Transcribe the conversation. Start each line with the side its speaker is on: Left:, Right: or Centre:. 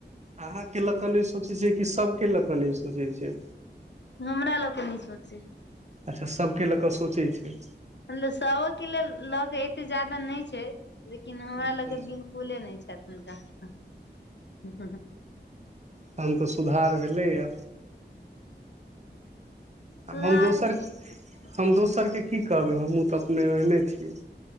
Right: अहाँके लऽ कऽ नहि सोचै छिय कि सभके लऽ कऽ नहि सोचै छैय
Left: हमरा लऽ क नहि सोचै
Right: अच्छा सभके लऽ कऽ सोचै छै
Left: अन्द साव केल ल ऽ एते जादा नहि छै लेकिन हमरा
Right: अच्छा
Left: लके बिलकुले नहि छथि हुनका
Right: तखन तऽ सुधार भेलैए
Left: सुधार
Right: आ हम दोसर
Left: की ह
Right: हम दोसर के की कहबै हमहहुँ तऽ अपने ओहने छियै